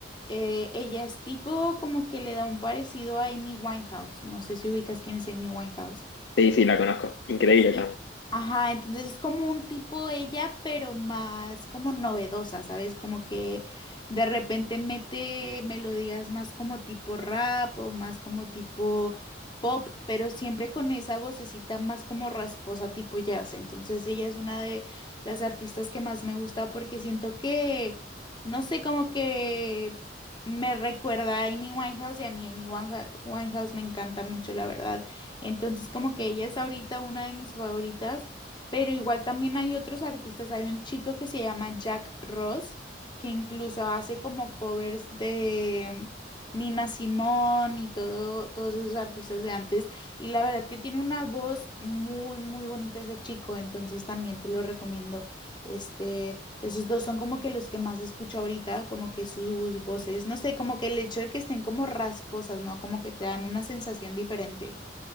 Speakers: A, on the left (about 25°); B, on the left (about 65°).
A: Eh, ella es tipo como que le da un parecido a Amy Winehouse. No sé si ubicas quién es Amy Winehouse.
B: Sí, sí, la conozco. Increíble
A: Y-
B: también.
A: Ajá, entonces es como un tipo ella, pero más como novedosa, ¿sabes? Como que de repente mete melodías más como tipo rap o más como tipo pop, pero siempre con esa vocecita más como rasposa tipo jazz. Entonces ella es una de las artistas que más me gusta porque siento que, no sé, como que me recuerda a Amy Winehouse y a mí Amy Wineha- Winehouse me encanta mucho, la verdad. Entonces, como que ella es ahorita una de mis favoritas, pero igual también hay otros artistas. Hay un chico que se llama Jack Ross, que incluso hace como covers de Nina Simone y todo, todos esos artistas de antes. Y la verdad que tiene una voz muy, muy bonita ese chico, entonces también te lo recomiendo. Este, esos dos son como que los que más escucho ahorita, como que sus voces, no sé, como que el hecho de que estén como rasposas, ¿no? Como que te dan una sensación diferente.